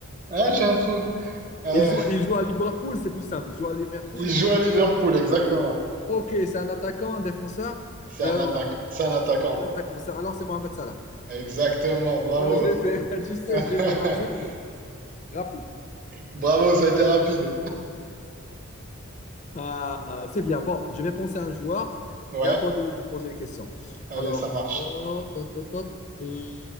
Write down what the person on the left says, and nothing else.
Il joue, il joue à Liverpool, c'est plus simple. Il joue à Liverpool.
Ok, c'est un attaquant, un défenseur.
Euh,
un attaquant. C'est- Alors c'est Mohamed Salah.
Ah, je l'ai fait. <laughs> Tu sais,
je l'ai fait dans une minute. Rappel-
Ah, c'est bien. Bon, je vais penser à un joueur
et à toi de, de poser les questions.
Alors,
oh, tot, tot, tot. Euh,